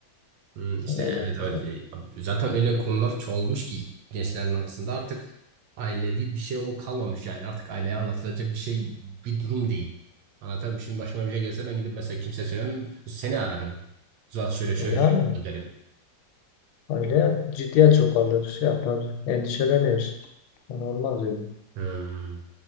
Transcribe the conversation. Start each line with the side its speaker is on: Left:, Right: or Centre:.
Right: Hı, işte
Left: Yani o bakımdan.
Right: evet öyle. Zaten öyle konular çoğalmış ki gençlerin arasında artık ailevi bir şey o kalmamış yani artık aileye anlatılacak bir şey bir durum değil. Anlatamam şimdi başıma bir şey gelse ben gidip mesela kimseye söylemem seni ararım. Zuhat şöyle şöyle
Left: Yani
Right: şöyle oldu" derim.
Left: aile ciddiye çok alır, şey yapar, endişelenir. Yani olmaz öyle.
Right: Hı.